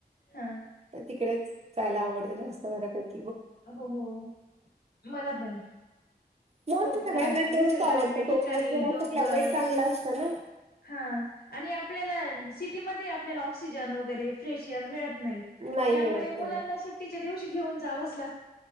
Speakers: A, on the left; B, on the right.
A: हा
B: तिकडेच जायला आवडतें जास्त बऱपैकी
A: हो हो मला पण
B: जास्त
A: कोकणात
B: सगळ्यांना
A: निसर्गरम्य
B: तेच आवडतं कोकणात
A: ठिकाणी
B: जर असं
A: डोंगर
B: क्लायमेट चांगलं असतं ना
A: हा आणि आपल्याला सिटीमध्ये आपल्याला ऑक्सिजन वगैरे फ्रेश एअर मिळत नाही
B: नाही
A: त्यामुळे
B: मिळत
A: मुलांना
B: नाही
A: सुट्टीच्या दिवशी घेऊन जावंच लाग